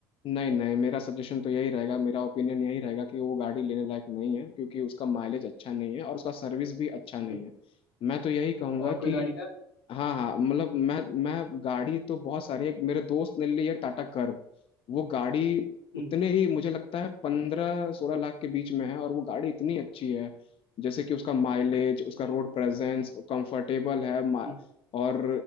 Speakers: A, on the left; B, on the left.
A: नहीं नहीं मेरा सजेशन तो यही रहेगा मेरा ओपिनियन यही रहेगा कि वो गाड़ी लेने लायक नहीं है क्योंकि उसका माइलेज अच्छा नहीं है और उसका सर्विस भी अच्छा नहीं
B: तो
A: है मैं तो यही कहूंगा
B: और कोई
A: कि
B: गाड़ी है
A: हाँ हाँ मतलब मैं मैं गाड़ी तो बहुत सारे एक मेरे दोस्त ने ली है टाटा कर्व वो गाड़ी उतने
B: हम्म
A: ही मुझे लगता है पंद्रह सोलह लाख के बीच में है और वो गाड़ी इतनी अच्छी है जैसे कि उसका माइलेज उसका
B: अच्छा
A: रोड प्रेजेंस कंफर्टेबल है
B: हम्म
A: और